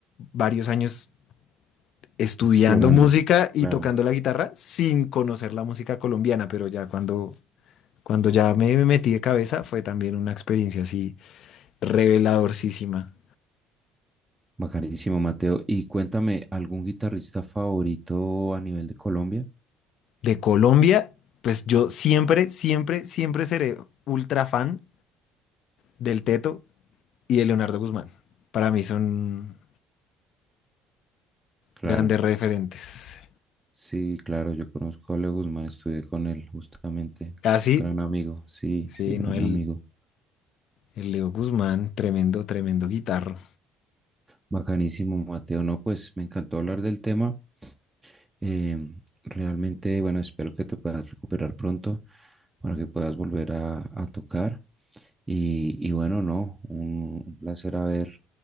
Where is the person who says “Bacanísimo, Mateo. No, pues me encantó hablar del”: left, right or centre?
Right